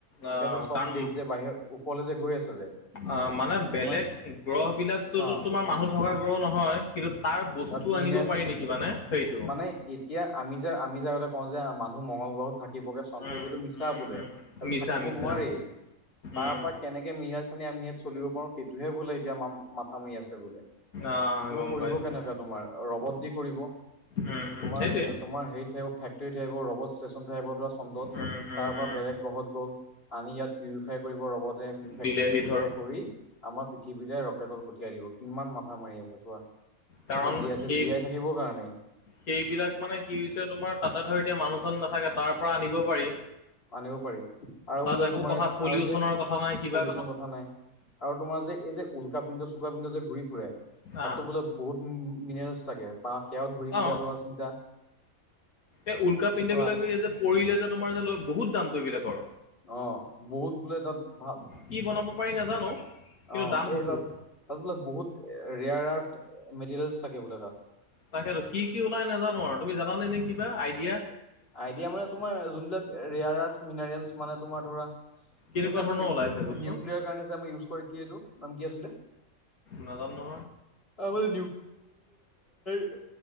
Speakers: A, on the left (about 80°); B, on the left (about 40°).
A: অ',
B: এতিয়া যে চব
A: কাৰণ
B: দেশ যে বাহিৰ ওপৰলে যে গৈ আছে যে
A: অ' মানে বেলেগ
B: তোমাৰ
A: গ্ৰহ বিলাকততো
B: অ
A: তোমাৰ মানুহ থকা গ্ৰহ নহয়। কিন্তু তাৰ বস্তু
B: তাত মিনাৰেলছ
A: আনিব পাৰি
B: খিনি
A: নেকি মানে সেইটো।
B: মানে এতিয়া আমি যে আমি আগতে কওঁ যে মানুহ মঙগলগ্ৰহত থাকিবগে চন্থে
A: উম,
B: সেইটো মিছা
A: উম,
B: বোলে
A: উম।
B: এইটো
A: মিছা
B: থাকিব
A: মিছা
B: নোৱাৰেই তাৰ
A: উম
B: পৰা কেনেকে মিৰিাইছে আমি ইয়াত চলিব পাৰো সেইটোহে বোলে এতিয়া ম মাথা মৰি আছে বোলে
A: অ' গম
B: কৰিব
A: পাইছো।
B: কেনেকা তোমাৰ ৰবত দি কৰিব।
A: উম উম
B: তোমাৰ
A: সেইটোৱে
B: তোমাৰ হেৰিত থাকিব ফেক্ৰী থাকিব ৰবট ষ্টেচন থাকিব ধৰা চন্দত।
A: উম উম
B: তাৰ পৰা
A: উম
B: বেলেগ গ্ৰহত গল আনি ইয়াত
A: দিলেহি
B: <unintelligible>
A: ধৰ
B: কৰি আমাৰ পৃথিৱীলে ৰকেটত পঠিয়াই দিব কিমান মাথা মাৰি আছে চোৱা।
A: কাৰণ
B: এই জীয়াই থ
A: সেই
B: জীয়াই থাকিবৰ কাৰণে।
A: সেইবিলাক মানে কি হৈছে তোমাৰ তাতে ধৰ এতিয়া মানুহ চানুহ নাথাকে তাৰ পৰা আনিব পাৰি।
B: আনিব পাৰি আৰু
A: তাত
B: বোলে
A: একো
B: তোমাৰ
A: কথা পলিউচনৰ
B: আৰু যে
A: কথা নাই কিবা
B: পলিউচন কথা নাই। আৰু তোমাৰ যে এই যে উলকা পিন্ধ চুল্কা পিন্ধ যে ঘূৰি ফুৰে।
A: আ
B: তাতো বোলে বহুত মিনাৰলছ থাকে তাক সেয়াও ধৰি
A: অ'
B: পেলাই লোৱা চিন্তা।
A: এই উল্কা পিন্ধ
B: চোৱা
A: বিলাক যে এই যে পৰিলে যে তোমাৰ যে লয় বহুত দামটো এইবলাকৰ।
B: অ' বহুত বোলে তাত ভাল
A: কি বনাব পাৰি নাজানো কিন্তু
B: অ'
A: দাম
B: এই
A: বহুত
B: তাত তাত বোলে বহুত ৰেয়াৰ আৰ্থ মেটেৰিয়েলছ থাকে বোলে তাত।
A: তাকেতো কি কি ওলাই নাজানো আৰু তুমি জানে নে কিবা আইডিয়া?
B: আইডিয়া মানে তোমাৰ যোনবিলাক ৰেয়াৰ আৰ্থ মিনাৰেলছ মানে তোমাৰ ধৰা এই
A: কেনেকুৱা
B: যে আমাৰ
A: ধৰণৰ
B: নিউক্লিয়াৰ
A: ওলাইছে বস্তু
B: কাৰণে যে ইউজ কৰে কি এইটো নাম কি আছিলে?
A: নাজানো ন
B: আ মানে <unintelligible>